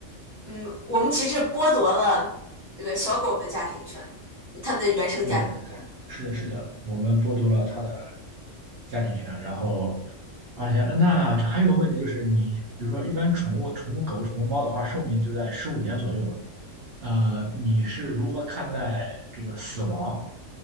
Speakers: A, on the right; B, on the right.
A: 嗯，我们其实剥夺了这个小狗的家庭权，他们的原生家庭权。
B: 对，是的，是的，我们剥夺了他的加进去，然后而且那这还有个问题就是你，比如说一般宠物宠物狗、宠物猫的话，寿命就在十五年左右吧。呃，你是如何看待这个死亡？